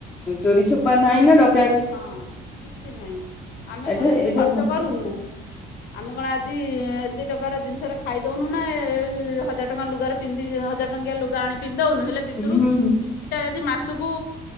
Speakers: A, on the left; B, on the left.
A: ଚୋରି ଛୋପା ନାହିଁ ନା ଡ଼
B: ହଁ କିଛି ନାହିଁ ଆମେ
A: ଏଟା
B: କଣ ଏମିତି
A: ଏଟା
B: ଖର୍ଚ୍ଚ
A: ହୁଁ
B: କରୁନୁ ଆମେ କଣ ଆଜି ଯି ଏତେ ଟଙ୍କାର ଜିନିଷରେ ଖାଇଦଉନୁ ନା ଏ-ଏ ଏଇ ହଜାର ଟଙ୍କା ଲୁଗାରେ ପିନ୍ଧି ଅଁ ହଜାର ଟଙ୍କିଆ ଲୁଗା ଆଣି ପିନ୍ଧି ଦଉନୁ ହେଲେ ସେଥିରୁ
A: ହୁଁ ହୁଁ
B: କିଛିଟା ଯଦି ମାସକୁ